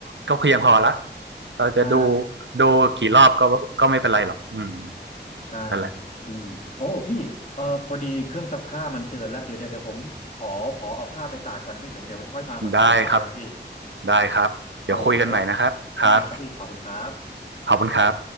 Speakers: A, on the right (about 85°); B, on the left (about 45°).
A: ก็เพียงพอละเราจะดู
B: ใช่
A: ดูกี่รอบก็ก็ไม่เป็นไรหรอกอืม
B: ใช่พี่โอ้พี่เออพอดีเครื่องซักผ้ามันเตือนแล้วเดี๋ยวเดี๋ยวเดี๋ยวผมขอขอเอาผ้าไปตากก่อนนะพี่เดี๋ยวเดี๋ยวค่อยมามาคุยกันต่อได้ไหมพี่
A: นั่นแหละได้ครับได้ครับเดี๋ยวคุยกันใหม่นะครับครับ
B: เอาโอเคไว้ได้ครับพี่ขอบคุณครับ
A: ขอบคุณครับ